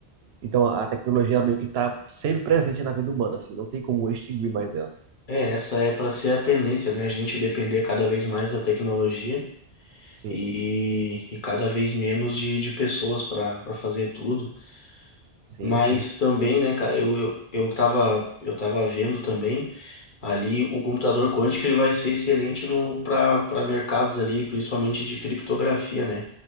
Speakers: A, on the right (about 75°); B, on the left (about 50°).
A: Então a tecnologia ela meio que está sempre presente na vida humana, assim, não tem como extinguir mais ela.
B: É, essa é para ser a tendência, né? A gente depender cada vez mais da tecnologia.
A: Sim.
B: e, e cada vez menos de, de pessoas para para fazer tudo.
A: Sim,
B: Mas
A: sim.
B: também, né, cara, eu, eu, eu tava, eu tava vendo também ali o computador quântico ele vai ser excelente no para para mercados ali, principalmente de criptografia, né?